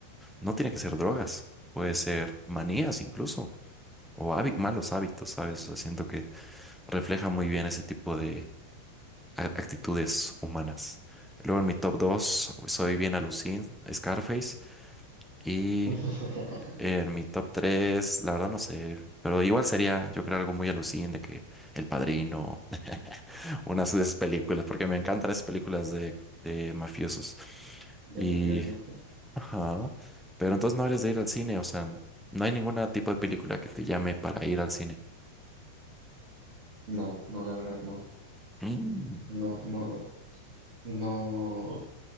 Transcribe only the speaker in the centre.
no tiene que ser drogas, puede ser manías incluso, o hábi- malos hábitos, ¿sabes? O sea, siento que refleja muy bien ese tipo de a- actitudes humanas. Luego en mi top dos soy bien alucin, Scarface. Y
en mi top 3 la verdad no sé, pero igual sería, yo creo, algo muy alucin de que El Padrino, <laughs> unas de esas películas, porque me encantan esas películas de, de mafiosos.
Y,
ajá, pero entonces no eres de ir al cine, o sea, no hay ningún tipo de película que te llame para ir al cine.
Mm.